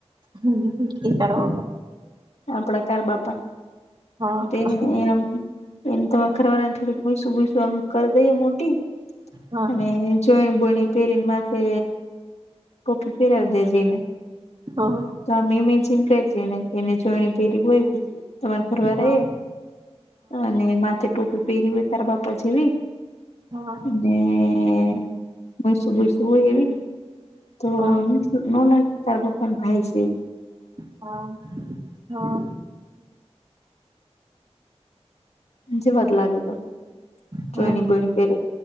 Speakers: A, on the right (about 45°); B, on the left (about 75°).
A: હમ્મ, એ તારા બાપા.
B: આપડા કાર બાપા
A: હા
B: તેને
A: હા
B: એમ. એને તમા ખરવાના થોડીક મૂસું મૂસું આમ કરી દઈએ મોટી
A: હા
B: અને જોણી બોણી પહેરીને માથે પોખી પેરવી દે જઈને.
A: હા.
B: તો અમે ઇમેજિંગ કરીજે ને એને જોણી પેરી કોય. તમારા ઘરવા
A: હા
B: અને માથે ટોપી પહેરી હોય તારા બાપા જેવી.
A: હા.
B: <unintelligible> મસું બસુ હોય એવી તો
A: હા
B: નાના તારા પપ્પાન ભાઈ છે ઈ.
A: હા હા.
B: જેવાત લાગે તો.
A: હા
B: જોણી બોણી પેરે